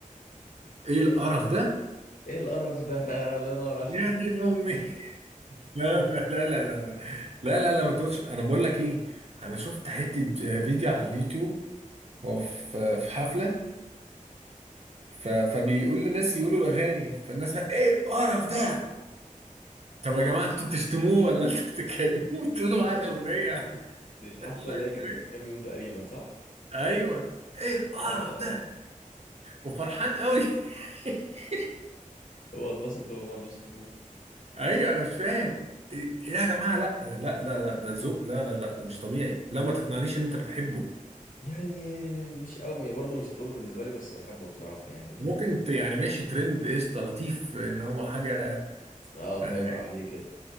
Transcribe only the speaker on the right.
ايه القرف ده
يا دي امي <laughs> لا لا لا لا لا لا لا لا ما تقولش انا بقول لك ايه انا شفت حته فيديو على اليوتيوب هو في في حفله ف- فبيقول للناس يقولوا الاغاني فالناس بقى ايه القرف ده طب يا جماعه انتوا بتشتموه ولا انتوا بتتكلموا <laughs> بتقولوا معاه الاغنيه
<laughs>
لا
انتوا
إيه؟
ايوه ايه القرف
ده وفرحان قوي <laughs>
ايوه انا مش فاهم ايه إيه يا جماعه لا لا لا لا ده ذوق لا لا لا ده مش طبيعي لا ما تقنعنيش ان انت بتحبه
ممكن ت- يعني ماشي ترند قشطه لطيف ان هو حاجه
اه